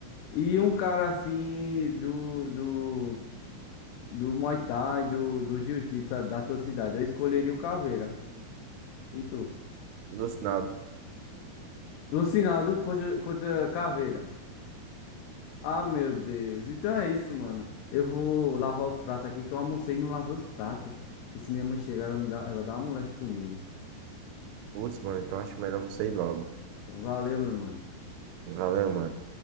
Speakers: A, on the left; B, on the right.
A: E um cara assim do, do, do Muay Thai, do, do Jiu-Jitsu da tua cidade, eu escolheria o Caveira. E tu?
B: Lúcio, nada.
A: Lucinaldo contra, contra Caveira. Ah, meu Deus. Então é isso, mano. Eu vou lavar os pratos aqui, que eu almocei e não lavei os pratos. E se minha mãe chegar, ela me dá, ela dá uma moléstia comigo.
B: Lúcio, <laughs> mano, então acho melhor você ir logo.
A: Então valeu, meu mano.
B: Valeu, mano.